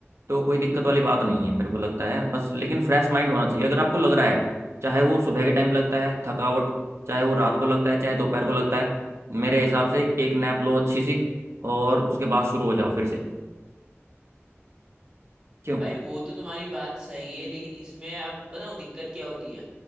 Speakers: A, on the right (about 70°); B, on the right (about 35°).
A: तो कोई दिक्कत वाली बात नहीं है मेरे को लगता है बस लेकिन फ्रेश माइंड होना चाहिए अगर आपको लग रहा है चाहे वो सुबह के टाइम लगता है थकावट चाहे वो रात को लगता है चाहे दोपहर को लगता है मेरे हिसाब से एक नैप लो अच्छी सी और उसके बाद शुरू हो जाओ फिर से क्यों
B: भाई वो तो तुम्हारी बात सही है लेकिन इसमें अब बताऊं दिक्कत क्या होती है